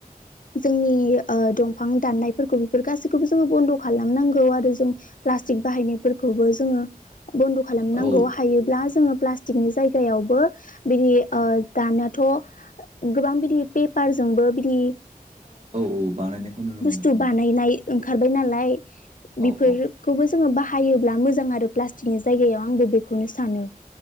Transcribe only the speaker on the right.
औ
औ औ बानायनायखौ नुनो मोनो
औ
औ औ